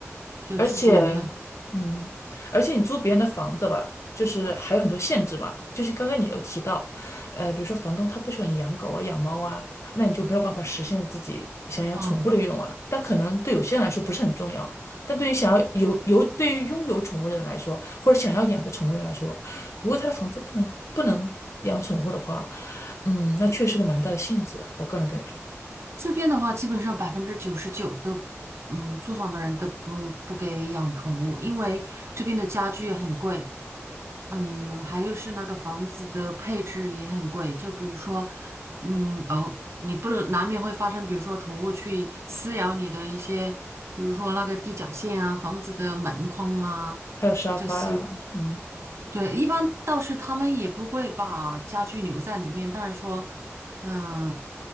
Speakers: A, on the right; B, on the left.
A: 就自己也没有，
B: 而且，嗯，而且你租别人的房子吧，就是还有很多限制嘛。就是刚刚你有提到，呃，比如说房东他不喜欢你养狗啊、养猫啊，那你就没有办法实现自己想养宠物的愿望了。
A: 嗯，
B: 但可能对有些人来说不是很重要，
A: 对，
B: 但对于想要有有对于拥有宠物的人来说，或者想要养个宠物的人来说，如果他的房子不能不能养宠物的话，嗯，那确实个蛮大的限制啊我个人感觉。
A: 这边的话基本上百分之九十九都，嗯，租房的人都不不给养宠物，因为这边的家具很贵，嗯，还有是那个房子的配置也很贵，就比如说，嗯，哦，你不能难免会发生，比如说宠物去撕咬你的一些，比如说那个地脚线啊、房子的门框啊
B: 还有沙发啊，
A: 这些，
B: 嗯。
A: 对，一般倒是他们也不会把家具留在里面，但是说，嗯、